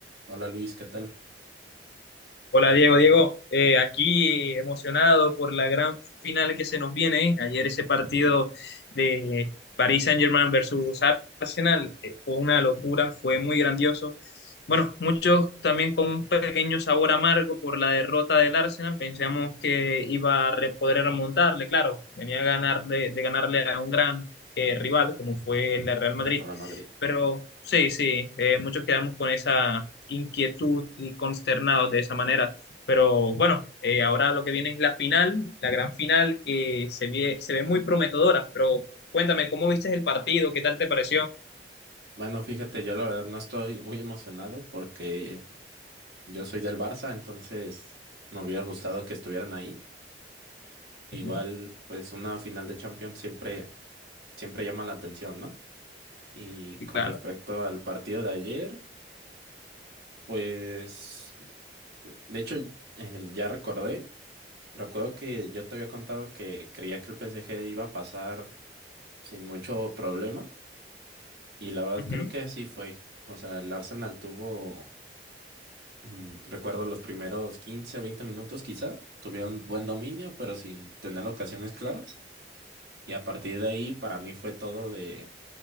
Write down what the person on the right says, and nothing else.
Hola Luis, ¿qué tal?
El Real Madrid.
Bueno, fíjate, yo la verdad no estoy muy emocionado porque yo soy del Barça, entonces me hubiera gustado que estuvieran ahí. Igual,
pues una final de Champions siempre, siempre llama la atención, ¿no? Y
con
respecto al partido de ayer, pues, de hecho, eh, ya recordé, recuerdo que yo te había contado que creía que el PSG iba a pasar sin mucho problema y la verdad
creo que así fue. O sea, el Arsenal tuvo Mm, Recuerdo los primeros 15 20 minutos quizá, tuvieron buen dominio, pero sin tener ocasiones claras. Y a partir de ahí, para mí fue todo de,